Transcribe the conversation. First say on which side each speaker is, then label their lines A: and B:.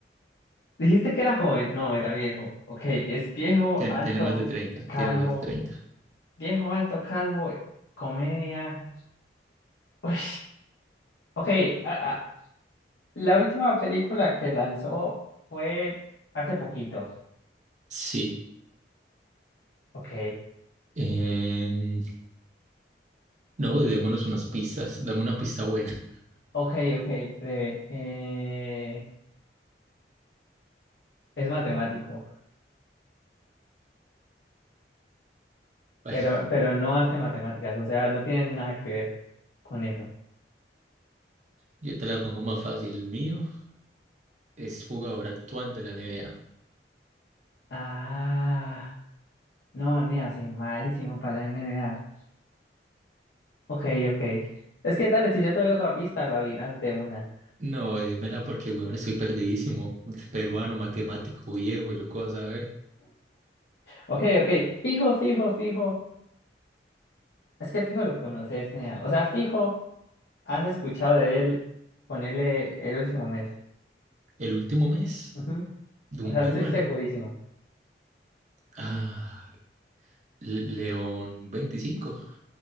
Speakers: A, on the left; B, on the right.
A: Dijiste que era joven. No, era viejo. Ok, es viejo,
B: Ten-
A: alto,
B: tiene más de treinta
A: calvo.
B: tiene más de treinta
A: Viejo, alto, calvo, comedia. Uy. Ok, a- a- la última película que lanzó fue hace poquito.
B: Sí.
A: Ok,
B: Em, no, démonos unas pistas. Dame una pista buena. <laughs>
A: ok, ok, breve. Eh, es matemático,
B: Bueno,
A: pero, pero no hace matemáticas, o sea, no tiene nada que ver con eso.
B: yo te la pongo más fácil. El mío es jugador actual de la NBA.
A: Ah, no, nea, soy malísimo para la N. NBA. Ok, ok. Es que dale, si yo te doy otra pista, lo adivinas de una.
B: No, dímela porque, weón, estoy perdidísimo. Peruano, matemático, viejo, yo qué vas a ver.
A: Ok, ok. Fijo, fijo, fijo. Es que fijo lo conoces, nea. O sea, fijo, has escuchado de él, ponele el último mes.
B: El último mes
A: Ujú.
B: de
A: O
B: un
A: sea,
B: peruano.
A: estoy segurísimo.
B: Ah, Le- León veinticinco